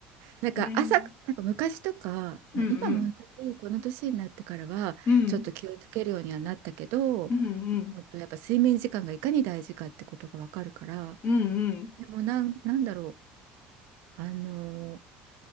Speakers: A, on the right (about 70°); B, on the left (about 50°).
A: なんか朝、
B: ねえ。
A: なんか昔とか、
B: うん
A: まあ、今本当にこの年になってからは、
B: うん。うん。
A: ちょっと気をつけるようにはなったけど、
B: うんうん。
A: もっとやっぱ睡眠時間がいかに大事かってことがわかるから、
B: うんうん。
A: でもなん、なんだろう。あのー